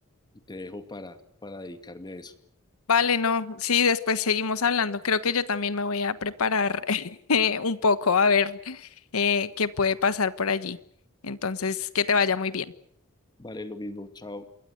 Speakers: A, on the left; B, on the left.
A: y te dejo para, para dedicarme a eso.
B: Vale, no, sí, después seguimos hablando. Creo que yo también me voy a preparar <laughs> eh, un poco a ver eh, qué puede pasar por allí. Entonces, que te vaya muy bien.
A: Vale, lo mismo, chao.